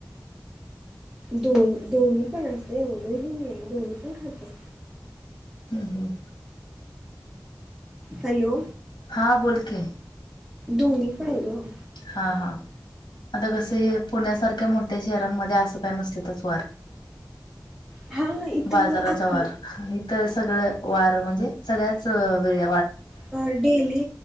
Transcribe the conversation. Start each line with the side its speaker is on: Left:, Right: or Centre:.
Centre: दोन दोन्ही पण असतयं. एवढं हे नाही दोन्ही पण खात्यात.
Left: हम्म हम्म.
Centre: हॅलो.
Left: हां बोल की.
Centre: दोनी पण गं.
Left: हा हा. आता कसं हे पुण्यासारख्या मोठ्या शहरांमध्ये असं काय नसत्यातच वार.
Centre: हा इथं
Left: बाजाराचा
Centre: आप
Left: वार. तर सगळ वार म्हणजे सगळ्याच वेळ --
Centre: अ डेली